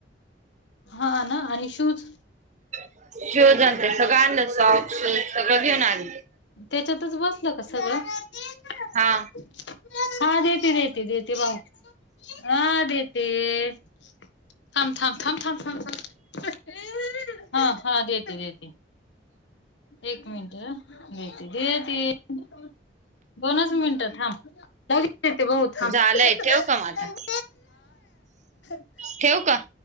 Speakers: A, on the left; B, on the right.
A: हा ना आणि शूज
B: <inaudible> शूज ते आणते सगळं आणलं सॉक्स सगळं घेऊन आलं
A: त्याच्यातच बसल का सगळं <inaudible>
B: हा
A: <inaudible> हा देती देती देेती बाळा <inaudible> हा देेत <inaudible> थांब थांब थां थांम थांब थ हा हा देते देते एक मिनट हा देती देती <inaudible> दोनच मिनटं थांब देती बाबा थांब
B: झालंय ठेवू का म आता
A: <inaudible>
B: ठेवू का?